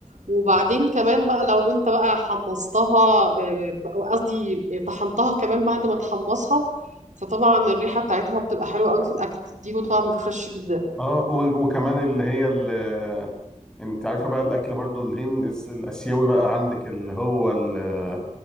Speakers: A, on the right; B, in the centre.
A: وبعدين كمان بقى لو انت بقى حمصتها آه، قصدي طحنتها كمان بعد ما تحمصها فطبعا الريحة بتاعتها بتبقى حلوة قوي في الأكل بتديله طعم فريش جدا
B: اه و- وكمان اللي هي اللي انت عارفه بقى الاكل برضو الهند الس- الاسيوي بقى عندك اللي هو ال- آه،